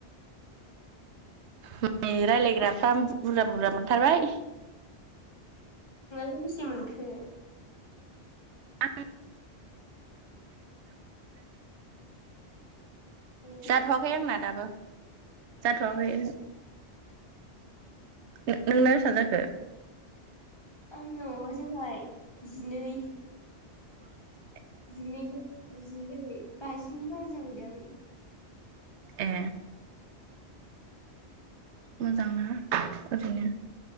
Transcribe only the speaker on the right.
माने रायज्लायग्राफ्रा बुरजा बुरजा मोनथारबाय।
<unintelligible>
जाथ'वाखै आंना दाबो जाथ'वाखै
ओहो ओ ओंना बेसां जाखो?
<inaudible>
ए। मोजां ना ओरैनो।